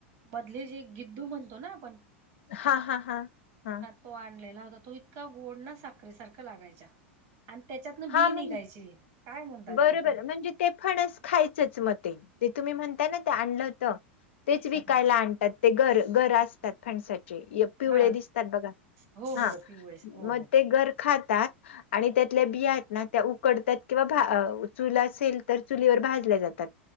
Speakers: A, on the right (about 55°); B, on the left (about 70°).
A: मधले जे गुड्डू म्हणतो ना आपण
B: हा हा हा हा.
A: तो आणलेला होता तो इतका गोड ना साखरे सारखा लागायचा. आणि त्याच्यातन बी
B: हा म्हण
A: निघायची. काय म्हणतात
B: बरोबर
A: त्याला ते
B: म्हणजे ते फणस खायचंच मते ते तुम्ही म्हणताय ना ते आणलं होत. तेच
A: अच्छा
B: विकायला
A: हा
B: आणतात ते गर गर असतात फणसाचे पिवळे
A: हा
B: दिसतात बघा
A: हो
B: हा
A: हो पीओएस हो
B: मग
A: हो
B: ते गर खातात आणि त्यातल्या बियात ना त्या उकडतात किंवा अ चूल असे तर चुलीवर भाजले जातात